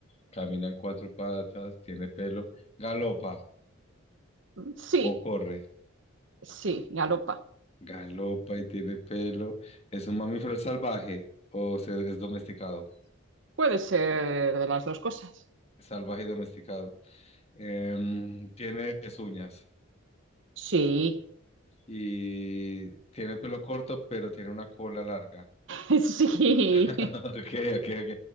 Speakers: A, on the left; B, on the right.
A: Camina en cuatro patas, tiene pelo, galopa
B: sí,
A: o corre.
B: sí, galopa.
A: Galopa y tiene pelo. Es un mamífero, es salvaje o se- es domesticado.
B: Puede ser de las dos cosas.
A: Salvaje y domesticado. Em, tiene pezuñas
B: Sí,
A: y tiene pelo corto, pero tiene una cola larga.
B: <laughs> sí.
A: <laughs> Ok, ok, ok.